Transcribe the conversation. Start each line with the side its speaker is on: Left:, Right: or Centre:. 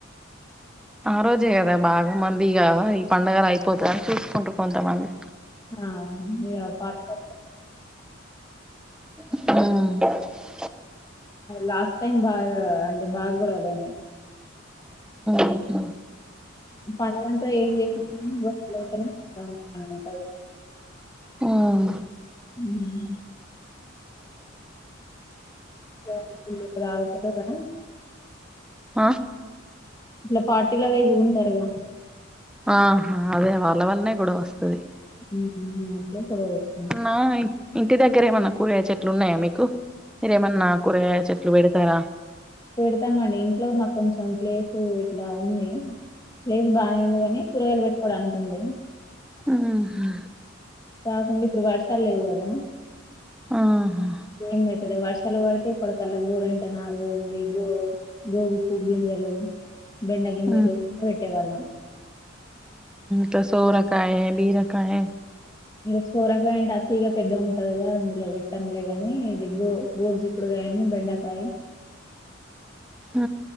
Centre: ఆ రోజే కదా బాగా మందిగా ఈ పండగలైపోతదని చూసుకుంటూ కొంతమంది
Left: అవును ఇగ పాత <inaudible>
Centre: <inaudible>
Left: లాస్ట్ టైం బాగా అంటే బాగా గొడవలయినయి
Centre: ఊహూ
Left: పగలంతా ఏం చేయరు <inaudible> అని ఉంటది
Centre: ఉమ్
Left: ఊ ఊ <inaudible>
Centre: ఆ
Left: లే పార్టీల పోయ్ గుజున్టారుగా
Centre: ఆహా అదే వాళ్ళ వల్లనే గొడవ వస్తది
Left: ఊహు <inaudible>
Centre: ఆ ఇంటి దగ్గర ఏమన్నా కూరగాయ్ చెట్లు ఉన్నాయా మీకు మీరేమన్నా కూరగాయ చెట్లు పెడతారా
Left: పెడతామండి ఇంట్లో మాకు కొంచెం ప్లేసు ఇట్లా ఉంది ప్లేసు బానే ఉందిగాని కూరగాయలు పెట్టుకోవడాకుంది
Centre: ఊహు
Left: కాకుండా ఇప్పుడు వర్షాలు లేవు గదా
Centre: ఆహా
Left: ఏం పెట్టలే వర్షాలు పడితే ఇప్పడు కల్ల గోరంటన్నారు ఇగ్గు గోగు పూ గింజలు బెండ గింజలు
Centre: ఉ
Left: వెట్టేవాళ్ళం
Centre: త సోరకాయ బీరకాయ
Left: ఇంగ సోరకాయ అంటే అతిగా పెద్దగుంటది గదా అందులో పెట్టంలేగాని ఇదిగ్గో బోడ్జికుడుకాయను బెండకాయ
Centre: ఊ